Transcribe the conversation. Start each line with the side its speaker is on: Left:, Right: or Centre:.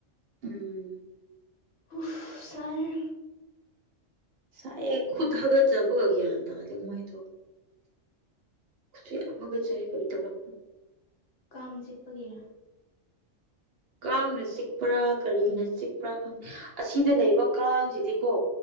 Right: ꯎꯝ
Left: ꯍꯨ ꯁꯥꯢꯌꯦ
Right: ꯁꯥꯏꯌꯦ ꯈꯨꯠ ꯍꯒꯆꯕꯒ ꯒ꯭ꯌꯥꯥꯟ ꯇꯗꯤ ꯀꯃꯥꯏꯗꯣ ꯈꯨꯠꯁꯨ ꯌꯥꯝ ꯍꯒꯠꯆꯩꯌꯦ ꯀꯃꯥꯢꯇꯧꯕ
Left: ꯀꯥꯡ ꯆꯤꯛꯄꯒꯤꯔꯥ
Right: ꯀꯥꯡꯅ ꯆꯤꯛꯄ꯭ꯔꯥ ꯀꯔꯤꯅ ꯆꯤꯛꯄ꯭ꯔꯥ ꯈꯪꯗꯦ ꯑꯁꯤꯗ ꯂꯩꯕ ꯀꯥꯡꯁꯤꯗꯤꯀꯣ